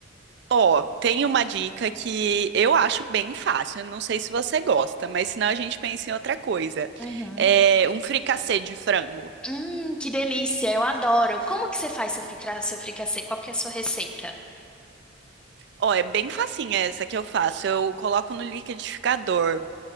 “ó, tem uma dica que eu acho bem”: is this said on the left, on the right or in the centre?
Right